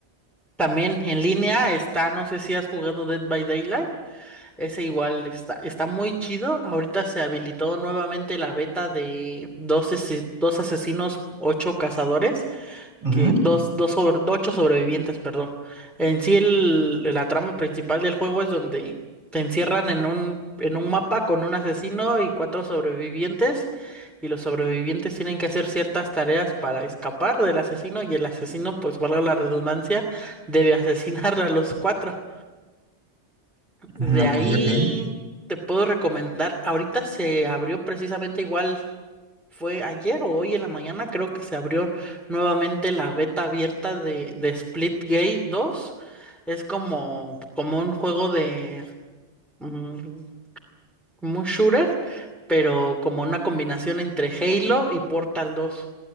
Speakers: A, in the centre; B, on the right.
A: También en línea está, no sé si has jugado Dead by Daylight. Ese igual está, está muy chido. Ahorita se habilitó nuevamente la beta de dos, ase- dos asesinos, ocho cazadores
B: Ujú,
A: que dos, dos sobre, ocho sobrevivientes, perdón. En sí el, la trama principal del juego es donde te encierran en un, en un mapa con un asesino y cuatro sobrevivientes, y los sobrevivientes tienen que hacer ciertas tareas para escapar del asesino, y el asesino, pues valga la redundancia, debe asesinar a los cuatro.
B: mm,
A: De
B: ok,
A: ahí
B: ok.
A: te puedo recomendar, ahorita se abrió precisamente igual. Fue ayer o hoy en la mañana, creo que se abrió nuevamente la beta abierta de, de Splitgate dos Es como, como un juego de, mm, como un shooter, pero como una combinación entre Halo y Portal dos